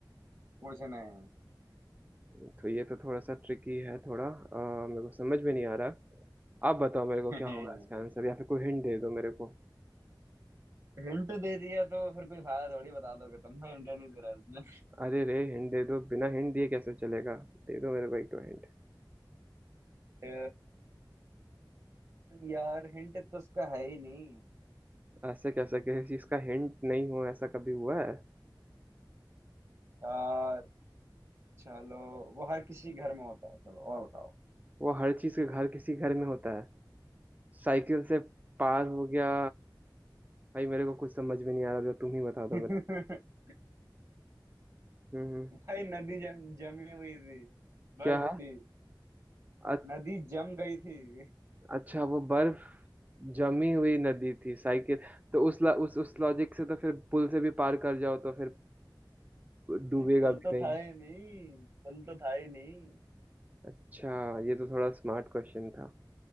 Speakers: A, on the right; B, on the right.
A: कुछ नहीं
B: तो ये तो थोड़ा सा ट्रिकी है थोड़ा अ, मेरे को समझ में नहीं आ रहा आप बताओ मेरे को
A: <laughs>
B: क्या होगा इसका आंसर या फिर कोई हिंट दे दो मेरे को
A: हिंट दे दिया तो फिर कोई फायदा थोड़ी बता दोगे तुम हिंट नहीं दे रहा इसमें
B: अरे रे हिंट दे दो बिना हिंट दिए कैसे चलेगा दे दो मेरे को एक दो हिंट
A: अ, यार हिंट तो उसका है ही नहीं
B: ऐसे कैसे किसी चीज का हिंट नहीं हो ऐसा कभी हुआ है
A: यार चलो वो हर किसी के घर में होता है चलो और बताओ
B: वो हर चीज के घर किसी घर में होता है साइकिल से पार हो गया भाई मेरे को कुछ समझ में नहीं आ रहा जरा तुम ही बता
A: <laughs>
B: दो मेरे को। हम्म
A: भाई नदी जम जमी हुई थी
B: क्या
A: बर्फ थी
B: अ-
A: नदी जम गई थी <laughs>
B: अच्छा वो बर्फ जमी हुई नदी थी साइकिल तो उस ल, उस उस लॉजिक से तो फिर पुल से भी पार कर जाओ तो फिर डूबेगा
A: नहीं पुल
B: भी
A: तो
B: नहीं
A: था ही नहीं पुल तो था ही नहीं
B: अच्छा ये तो थोड़ा स्मार्ट क्वेश्चन था